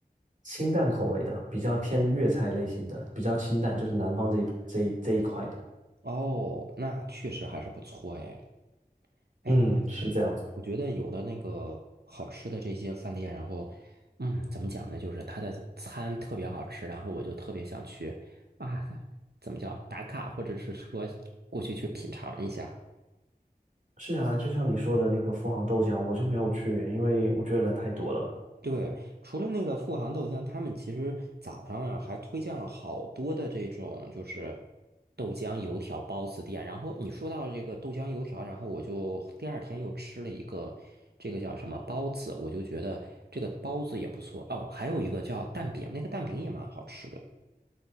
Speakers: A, on the right; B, on the right.
A: 清淡口味的，比较偏粤菜类型的，比较清淡，就是南方这一这一这一块的。
B: 哦，那确实还是不错哎。哎，
A: 嗯，是这样子的。
B: 我觉得有的那个好吃的这些饭店，然后嗯，怎么讲呢？就是它的餐特别好吃，然后我就特别想去啊，怎么叫打卡，或者是说过去去品尝一下。
A: 是啊，就像你说的那个富航豆浆，我就没有去，因为我觉得人太多了。
B: 对，除了那个富航豆浆，他们其实早上啊还推荐了好多的这种就是豆浆油条包子店。然后你说到这个豆浆油条，然后我就第二天又吃了一个这个叫什么包子，我就觉得这个包子也不错。哦，还有一个叫蛋饼，那个蛋饼也蛮好吃的。